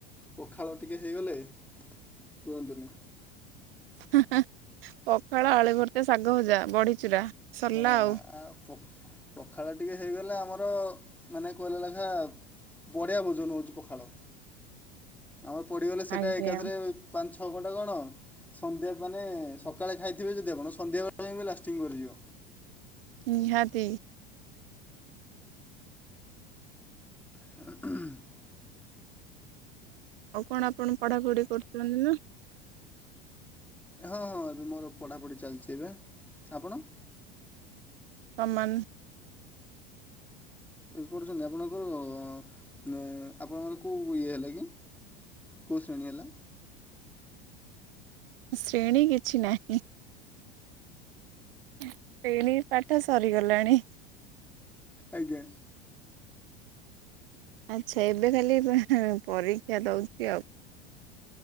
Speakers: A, in the centre; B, on the right.
A: ପଖାଳ ଟିକେ ହେଇଗଲେ କୁହନ୍ତୁନି
B: ପଖାଳ, ଆଳୁ ଭର୍ତା, ଶାଗ ଭଜା, ବଢିଚୁରା। ସରିଲା
A: ଏଁ
B: ଆଉ
A: ପଖାଳ ଟିକେ ହେଇଗଲେ ଆମର ମାନେ କହିଲା ଲେଖା ବଢିଆ ଭୋଜନ ହଉଛି ପଖାଳ ଆମର ପଡିଗଲେ ସେଟା
B: ଆଜ୍ଞା
A: ଏକାଥରେ ପାଞ୍ଚ ଛଅ ଘଣ୍ଟା କଣ? ସନ୍ଧ୍ୟା ମାନେ ସକାଳେ ଖାଇଥିବେ ଯଦି ଆପଣ ସନ୍ଧ୍ୟାବେଳେ ଲାଷ୍ଟିଂଙ୍ଗ କରିଯିବ।
B: ନିହାତି।
A: <unintelligible>
B: ଆଉ କଣ ଆପଣ ପଢାପଢି କରୁଛନ୍ତି ନା?
A: ହଁ ହଁ ମୋର ପଢ଼ାପଢ଼ି ଚାଲିଛି ଏବେ। ଆପଣ?
B: କମାନ।
A: ଏବେ ପଢ଼ୁଛନ୍ତି ଆପଣଙ୍କର ଆପଣଙ୍କର କୋଉ ଇଏ ହେଲା କି? କୋଉ ଶ୍ରେଣୀ ହେଲା?
B: ଶ୍ରେଣୀ କିଛି ନାହିଁ। ଶେଣି ପାଠ ସରିଗଲାଣି।
A: ଆଜ୍ଞା।
B: ଆଚ୍ଛା ଏବେ ଖାଲି ପରୀକ୍ଷା ଦଉଛି ଆଉ।